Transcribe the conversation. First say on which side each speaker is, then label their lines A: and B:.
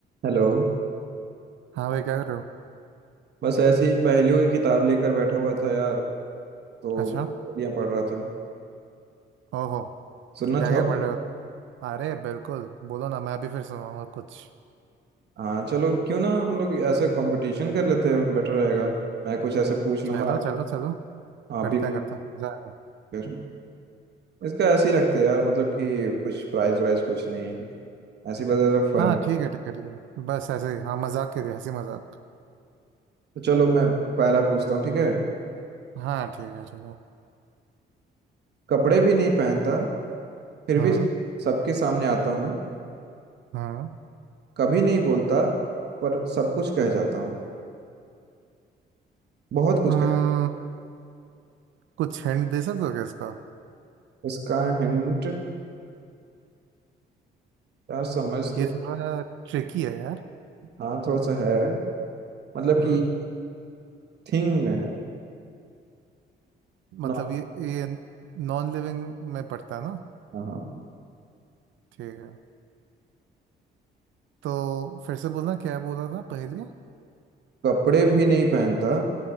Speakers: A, on the right; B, on the right.
A: Hello
B: हाँ भाई क्या कर रहे हो
A: बस ऐसे ही पहेलियों की किताब लेकर बैठा हुआ था यार तो
B: अच्छा
A: पहेलियाँ पढ़ रहा था
B: ओहो
A: सुनना
B: क्या
A: चाहो
B: क्या पढ़ रहे हो अरे बिल्कुल बोलो ना मैं अभी फिर सुनाऊंगा कुछ
A: हाँ चलो क्यों ना हम लोग ऐसे कंपटीशन कर लेते हैं बेटर रहेगा मैं कुछ ऐसे पूछ लूंगा
B: चलो चलो चलो
A: आप
B: करते
A: भी
B: हैं करते हैं मजा आएगा
A: फिर इसका ऐसे ही रखते हैं यार मतलब कि कुछ प्राइज वाइज कुछ नहीं ऐसे ही बस फन
B: हाँ ठीक है ठीक है ठीक है बस ऐसे ही हाँ मजाक के लिए हंसी मजाक
A: तो चलो मैं पहला पूछता हूँ ठीक है
B: हाँ ठीक है ठीक है
A: कपड़े भी नहीं पहनता फिर
B: हाँ
A: भी सबके सामने आता हूँ
B: हाँ
A: कभी नहीं बोलता पर सब कुछ कह जाता हूँ बहुत कुछ
B: हम्म,
A: कह
B: कुछ हिंट दे सकते हो क्या इसका
A: इसका हिंट यार समझ तो
B: ये थोड़ा ट्रिकी है यार
A: हाँ थोड़ा सा है मतलब
B: हम्म
A: कि थिंग में है ना
B: मतलब ये ये नॉन लिविंग में पड़ता है ना
A: हाँ हाँ।
B: ठीक है तो फिर से बोलना क्या बोला था पहले
A: कपड़े भी नहीं पहनता